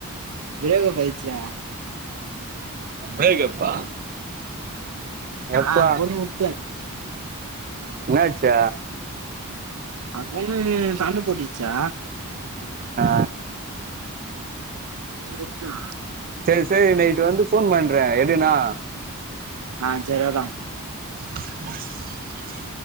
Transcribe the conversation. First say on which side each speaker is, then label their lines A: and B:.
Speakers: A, on the right (about 85°); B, on the right (about 40°).
A: ப்ரேக்கப்பாயிடுச்சுடா
B: பிரேக்கப்பா
A: ஆ
B: எப்பா
A: அந்த பொண்ண உட்டே
B: என்னாச்சு
A: அந்த பொண்ணு சண்ட போட்டுச்சா
B: ஆ
A: அந்த இடத்தில்
B: செரி சரி நைட்டு வந்து போன் பண்றேன் எடு என்னா
A: ஆ ச்ரியா தா
B: <inaudible>